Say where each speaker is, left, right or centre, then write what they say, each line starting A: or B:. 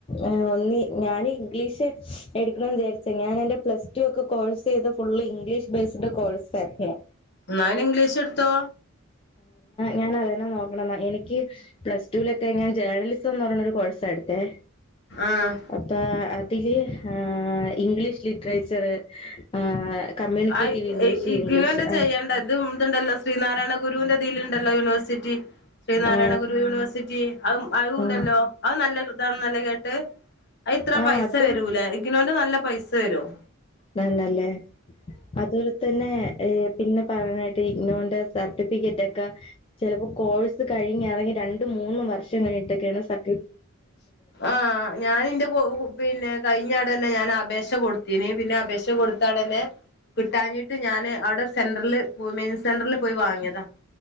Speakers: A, on the left (about 25°); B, on the left (about 50°).
A: എ ഒന്നി ഞാന് ഇംഗ്ലീഷ് എടുക്ണോ ചാരിച് ഞാൻ എന്റെ പ്ലസ് ടുക്കെ കോഴ്സ് യ്ത് ഫുള്ള് ഇംഗ്ലീഷ് ബേസ്ഡ് കോഴ്സ്ഹാപ്പിയാ
B: ന്നയ്ന് ഇംഗ്ലീഷ് ടുത്തോ
A: ഞാനതന്നെ നോക്കണം ന്ന എനിക്ക് <unintelligible> പ്ലസ് ടുലൊക്കെ ഇങ്ങനെ ജേണലിസംന്ന് പറഞ്ഞ ഒരു കോഴ സ ടുത്തെ
B: ആഹ്
A: അത്താ എപ് <unintelligible> ആ ഇംഗ്ലീഷ് ലിറ്ററേച്ചർ ആ കമ്മ്യൂണിക്കേറ്റീവ്
B: ആ
A: ഇംഗ്ലീഷ്
B: ഇഗ്നുന്റെ
A: ഇംഗ്ലീഷ് ആ
B: ചെയ്യേണ്ട ഇതും ഇതുണ്ടല്ലോ ശ്രീനാരായണ ഗുരുവിൻന്റെതിലുണ്ടല്ലോ യൂണിവേഴ്സിറ്റി ശ്രീനാരായണ
A: ആ
B: ഗുരു യുണി വേഴ്‌സിറ്റി അത് അത്ണ്ടല്ലോ
A: ആ
B: അത് നല്ല താന്നല്ലെ കേട്ടെ അതിത്ര
A: ആ
B: പൈസ
A: അതും
B: വരൂലെ ഇഗ്നോന്റെ നല്ല പൈസ തരും
A: നല്ലല്ലേ അതു ഒലതന്നെ <unintelligible> പിന്നെ പറയാനായിട്ട് ഇഗ്നുന്റെ സർട്ടിഫിക്കറ്റ് ഒക്കെ ചിലപ്പോ കോഴ്സ് കഴിഞ്ഞ് ഇറങ്ങി രണ്ട മൂന്നും വർഷം കഴിഞ്ഞിട്ടൊക്കെയാണ് സർ
B: ആ ഞാനിന്റെ കു പിന്നെ കഴിഞ്ഞാടന്നെ ഞാൻ അപേക്ഷ കൊടുത്തീന് പിന്നെ അപേക്ഷ കൊടുത്തടന്നെ കിട്ടാഞ്ഞിട്ട് ഞാന് അവിടെ സെൻറില് <unintelligible> സെന്ററില് പോയി വാങ്ങിയതാ